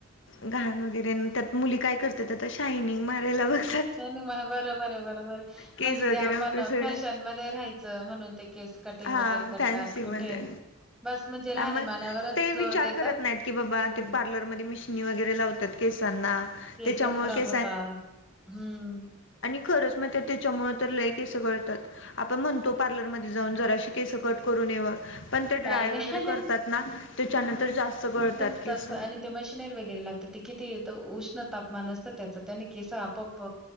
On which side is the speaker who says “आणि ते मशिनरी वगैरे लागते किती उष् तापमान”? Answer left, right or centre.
Centre